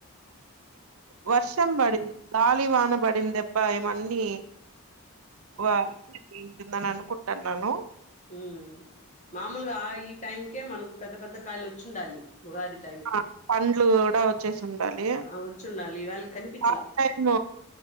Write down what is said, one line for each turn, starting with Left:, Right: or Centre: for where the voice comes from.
Right: వర్షం పడింది గాల్ గీ వాన పడింది దెబ్బ ఎమ్ అన్ని వా ఈ నన్ను కొట్టు అన్నాను
Left: ఉ మామూలుగా ఆ ఈ టైమ్ కే మను పెద్ద పెద్ద కాయలు వచ్చుండాలి ఉగాది టైంకి
Right: ఆ పండ్లు గుడా వచ్చేసుండాలి.
Left: ఆ వచ్చుండాలి ఇవాళ కనిపించలా
Right: ఫస్ట్ టైమ్